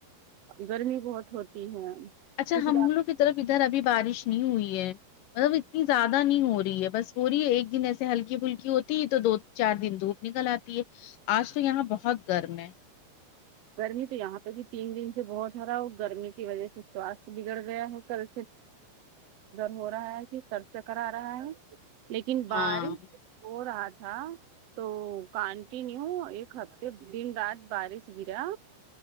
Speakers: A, on the right (about 65°); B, on the left (about 75°).
A: گرمی بہت ہوتی ہے-
B: اچھا،
A: اس
B: ہم
A: بات
B: دونوں کی طرف ادھر ابھی بارش نہیں ہوئی ہے- اب اتنی زیادہ نہیں ہو رہی ہے بس ہو رہی ہے ایک دن ایسے ہلکی پھلکی ہوتی ہے تو دو، چار دن دھوپ نکل اتی ہے اج تو یہاں بہت گرم ہے-
A: سر نہیں تو یہاں پہ بھی تین دن سے بہت ہرا گرمی کی وجہ سے تو اس بگڑ گیا ہو کل ہو رہا ہے کہ سر سے کرا رہا ہے لیکن بار
B: ہاں
A: ہو رہا تھا تو کنٹینیو ایک ہفتے دن رات بارش- میرا